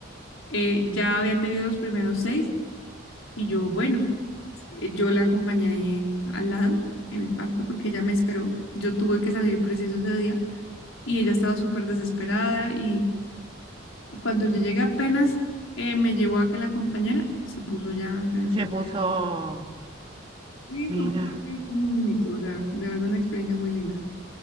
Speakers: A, on the left (about 80°); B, on the right (about 25°).
A: Eh, ya había tenido los primeros seis y yo, bueno, eh, yo la acompañé al lado en el parto porque ella me esperó. Yo tuve que salir preciso ese día y ella estaba súper desesperada y, y cuando yo llegué apenas eh, me llevó a que la compañera se puso ya a tener
B: Y se
A: su...
B: puso, ah,
A: Sí,
B: mira,
A: fue muy, muy bonito, o sea, de verdad una experiencia muy linda.